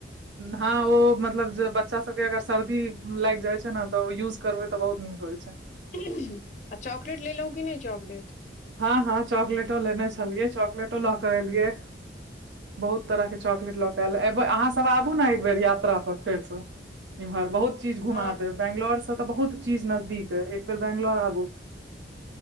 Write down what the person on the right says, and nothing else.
हँ ओ मतलब जे बच्चा सब के अगर सर्दी लागि जाइ छै ने तऽ यूज करबे तऽ बहुत नीक होइ छै
हँ हँ चॉकलेटो लेने छलियै चॉकलेटो लऽ के एलियै बहुत तरह के चॉकलेट लऽ केऽ ऐल अहाँ सब आबु ने एक बेर यात्रा पर फेरसँ इम्हर बहुत चीज घुमा
देब बैंगलोर से त बहुत चीज नजदीक अइ एक बेर बैंगलोर आबु